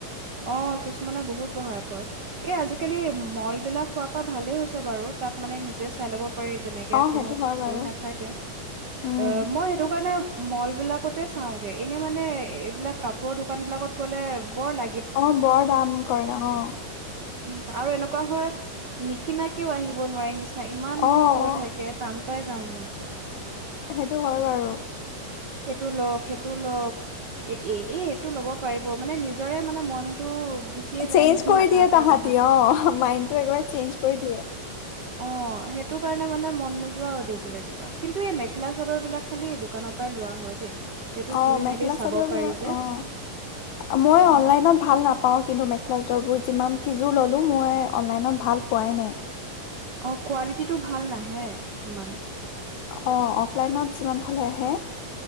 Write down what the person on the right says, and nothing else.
অহ কিছুমানে বহুত বঢ়াই কয় । এই আজিকালি মল বিলাক হোৱাৰ পৰা ভালে হৈছে বাৰু তাত মানে নিজে চাই ল'ব তেনেকে
কোনো
কৈ নাথাকে
অহ মই সেইটো কাৰণে মল বিলাকতে চাওগে এনে মানে এইবিলাক কাপোৰৰ দোকান বিলাকত গ'লে বৰ লা
উম আৰু এনেকুৱা হয় নিকিনাকেও আহিব নোৱাৰি নিচ্চিনা হয় ইমান
কৈ থাকে কাম কৈ যাও <unintelligible>
সেইটো লওক সেইটো লওক এ এই এইটো ল'ব পাৰিব মানে নিজৰে মানে মনটো গুচিয়ে যায়
নিচিনা
তাহাঁতৰ
কথাতে
অহ সেইটো কাৰণে মানে মন নোযোৱা হৈ থাকিলে কিবা কিন্তু এই মেখেলা চাদৰ বিলাক খালি দোকানত লোৱা হয় দেই এইটো
চুই
মেলি চাব
পাৰি যে
উম।
অহ কোৱালিটিটো ভাল নাহে ইমান।